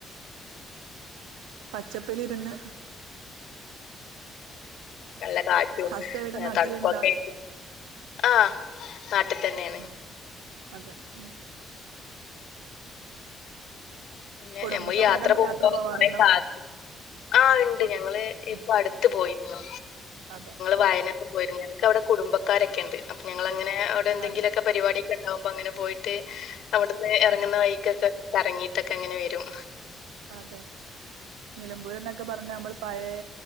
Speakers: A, on the right; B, on the left.
A: പച്ചപ്പിലി രിന്ന്
B: നല്ല കാറ്റും
A: ഹസ്സ ഇവിടെ നാട്ടിലുണ്ടോ
B: തണുപ്പൊക്കൈറ്റ് ആഹ് നാട്ടിതന്നെ ണ്
A: ഉം അതെ ഉം
B: പിന്നെ
A: കുടുംബസമേതം
B: യമ്മള് യാത്ര പോകുമ്പോ <unintelligible>
A: പോവാറുണ്ടോ
B: ആഹ് ണ്ട്
A: കു
B: ഞങ്ങള്
A: ഉം
B: ഇപ്പ അട്ത്ത് പോയിര്ന്നു.
A: അതെ
B: വയനാട്
A: ആഹ്
B: പോയിര്ന്നത് എനിക്ക വടെ കുട്ബക്കാരൊക്കെ ണ്ട് അപ്പ ഞങ്ങളങ്ങനെ അവടെ ന്തെങ്കിലൊക്കെ
A: അതെ
B: പരിപാടിണ്ടാവുമ്പോ അങ്ങനെ പോയിട്ട്
A: ആഹ്
B: അവിട്ന്ന് എറങ്ങുന്ന
A: ആഹ്
B: വൈക്കൊക്കെ കറങ്ങീട്ടൊക്കെ അങ്ങനെ വരും
A: അതെ നിലമ്പൂര് എന്നൊക്കെ പറഞ്ഞാ ഞമ്മൾ പയേ